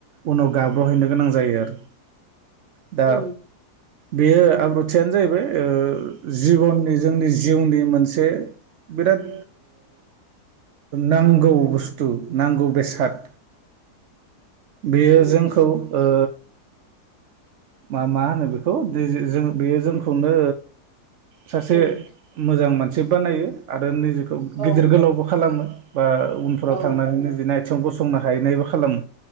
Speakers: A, on the right; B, on the right.
A: उनाव गाब्रहैनो गोनां जायो आरो। दा
B: उ
A: बेयो आब्रुथियानो जाहैबाय जिबननि जोंनि जिउनि मोनसे बिराद नांगौ बुस्थु। नांगौ बेसाद बेयो
B: उम
A: जोंखौ ओ मा मा होनो बेखौ जों बेयो जोंखौनो। सासे
B: उम
A: मोजां मानसि बानायो आरो निजेखौ गिदिर
B: औ
A: गोलावबो खालामो। बा उनफोराव
B: औ
A: थांनानैनो निजिनि आथिङाव गसंनो।